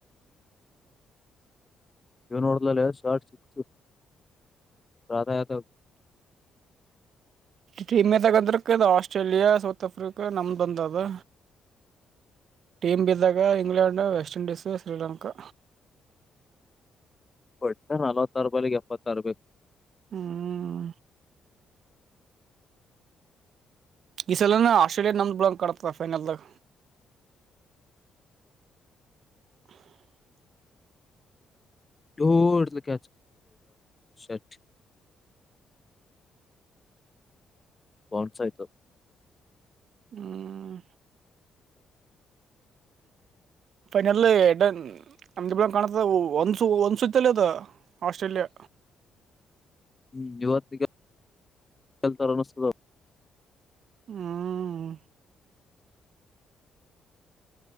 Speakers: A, on the left; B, on the right.
A: ಏನ್ ಹೊಡೆದೆನಲ್ಲೇ ಶಾರ್ಟ್ ಸಿಕ್ಸ್ ರಾಡ್ ಯಾದವ್
B: ಟೀಮೆ ತಗಂದ್ರಕ್ ಆಸ್ಟ್ರೇಲಿಯಾ ಸೌತ್ ಆಫ್ರಿಕಾ ನಮ್ದ ಒಂದು ಅದ ಟೀಮ್ ಬಿದ್ದಾಗ ಇಂಗ್ಲೆಂಡ್ ವೆಸ್ಟ್ ಇಂಡೀಸ್ ಶ್ರೀಲಂಕಾ
A: ಕೊಡ್ತ ನಲ್ವತ್ತಾರ್ ಬಾಲಿಗೆ ಎಪ್ಪತ್ತಾರು ಬೇಕು
B: ಹ್ಮ್ ಈ ಸಲನ ಆಸ್ಟ್ರೇಲಿಯಾ ನಮ್ದ ಬಿಡಬೇಕುಕಣಪ್ಪ ಫೈನಲ್ದಾಗ <inaudible>
A: ಅಯ್ಯೋ ಇಡ್ಡ ಕ್ಯಾಚ್ ಶಟ್ ಬೌನ್ಸ್ ಆಯ್ತು
B: ಹ್ಮ
A: <inaudible>
B: ಫೈನಲ್ಲಿ ಎಡ ನಮಗೆಲ್ ಕಾಣುತ್ತ ಒಂದು ಒಂದು ಸುತ್ತಲಿ ಅದ ಆಸ್ಟ್ರೇಲಿಯಾ
A: <inaudible> ಇವತ್ತಿಗೆ ಗೆಲ್ತಾರಾ ಅನಿಸುತ್ತದೆ
B: ಹ್ಮ್